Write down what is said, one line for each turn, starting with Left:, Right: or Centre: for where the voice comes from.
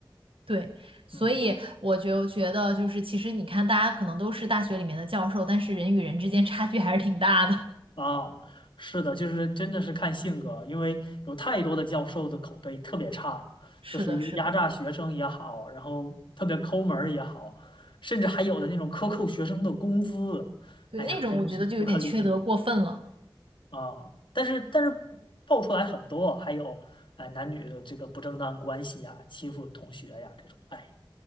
Right: 对，所以我就觉得，
Left: 嗯。
Right: 就是其实你看，大家可能都是大学里面的教授，但是人与人之间差距还是挺大的。
Left: 啊，是的，就是真的是看性格，因为有太多的教授的口碑特别差，
Right: <laughs> 是的，
Left: 就是有压榨学生也好，
Right: 是的，
Left: 然后特别抠门儿也好，甚至还有的那种克扣学生的工资，
Right: 对，
Left: 哎呀，
Right: 那种我觉得就有点缺德过分了。
Left: 真的是不可理喻啊！但是但是爆出来很多，还有哎男女的这个不正当关系呀、欺负同学呀、这种，哎，